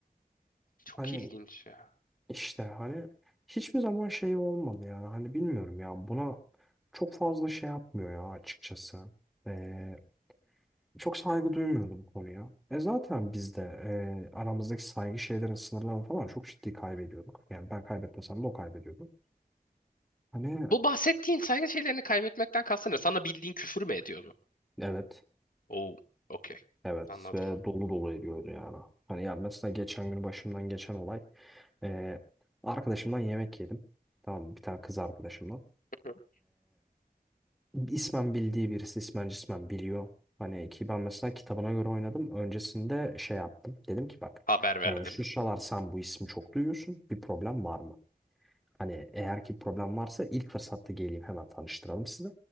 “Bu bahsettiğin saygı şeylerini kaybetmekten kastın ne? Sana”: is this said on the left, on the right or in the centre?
Left